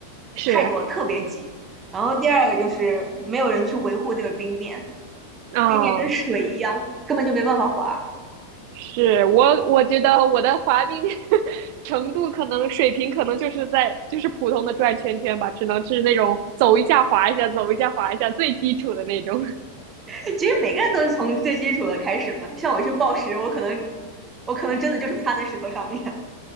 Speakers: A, on the right; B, on the right.
A: 是
B: 太多，特别挤。然后第二个就是没有人去维护那个冰面，
A: 哦，
B: 冰面跟水一样，根本就没办法滑。
A: 是我我觉得我的滑冰 <laughs> 程度可能水平可能就是在就是普通的转圈圈吧，只能是那种走一下滑一下，走一下滑一下最基础的那种。
B: <laughs> 其实每个人都是从最基础的开始嘛，像我去报食，我可能我可能真的就是趴在石头上面。